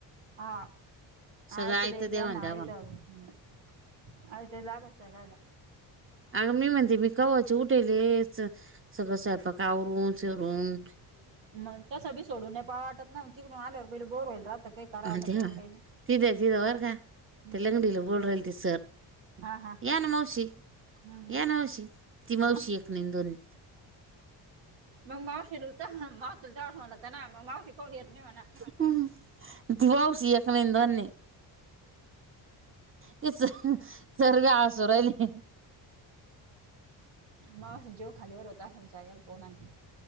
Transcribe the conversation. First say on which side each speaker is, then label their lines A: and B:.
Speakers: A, on the right; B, on the right.
A: हा
B: सगळं
A: आयतं द्यायचा
B: द्या
A: यांना
B: म्हणते आम्हाला
A: आयत हम्म. आयत लागायच खायला.
B: अग मी म्हणते मी कव्हाचे उठेलेच. सगळं स्वयंपाक आवरून सवरून
A: मग त्या सगळी सोडून नाही पहाव वाटत ना. तिकडून आल्यावर पहिल बोर होईल. आता काही कराव
B: आणि
A: वाटत
B: ते
A: नाही.
B: हा,
A: काही नाही.
B: तिथं तिथं बरं का
A: हम्म
B: ते लंगडीला बोलुन राहिले ते सर
A: हा हा
B: या ना मावशी,
A: हम् हम
B: या ना मावशी, ती मावशी
A: मग
B: एक तेनं दोन
A: मग मावशीला मावशला जा म्हणा ना मग मावशी कोण येत नाही म्हणा.
B: हं. ती मावशी एक नाही ना दोन नाही. तेच सर बी हासुन राहिले.
A: मावशी जोक खालीवर होता. यांच्या घरी कोण आहे.